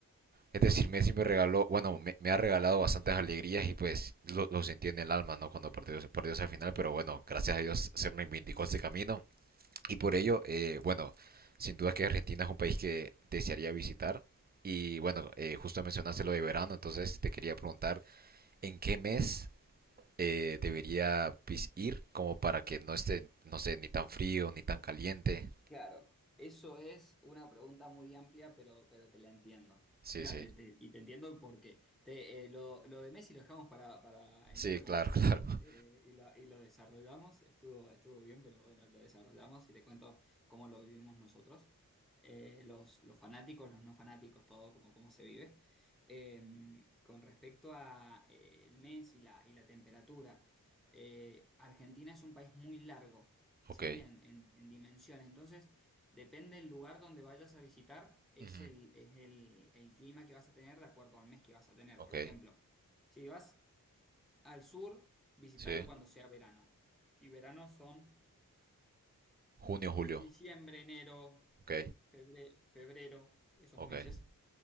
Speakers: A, on the right; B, in the centre.
A: es decir, Messi me regaló, bueno, me, me ha regalado bastantes alegrías y pues lo, lo sentí en el alma, ¿no? Cuando perdió, perdió esa final, pero bueno, gracias a Dios se reivindicó ese camino. Y por ello, eh, bueno, sin duda que Argentina es un país que desearía visitar. Y bueno, eh, justo mencionaste lo de verano, entonces te quería preguntar, ¿en qué mes eh, debería pis- ir como para que no esté, no sé, ni tan frío, ni tan caliente?
B: Claro, eso es una pregunta muy amplia, pero, pero te la entiendo.
A: Sí,
B: Mira,
A: sí.
B: te- te- y te entiendo el porqué. Te, eh, lo, lo de Messi lo dejamos para, para
A: Sí,
B: en otra
A: claro,
B: conversación
A: <laughs> claro.
B: eh, y, lo, y lo desarrollamos. Estuvo, estuvo bien, pero bueno, lo desarrollamos y te cuento cómo lo vivimos nosotros, Eh, los, los fanáticos, los no fanáticos, todo, cómo, cómo se vive. Eh, con respecto a eh, el mes y la, y la temperatura, eh, Argentina es un país muy largo.
A: Ok.
B: ¿sí? En, en- en dimensión. Entonces, depende del lugar donde vayas a visitar, es
A: Ujú.
B: el, es el, el clima que vas a tener de acuerdo al mes que vas a tener.
A: Ok.
B: Por ejemplo, si vas al sur, visítalo
A: Sí.
B: cuando sea verano. Y verano son
A: Junio, julio.
B: diciembre, enero,
A: Ok,
B: febre- febrero, esos
A: ok.
B: meses.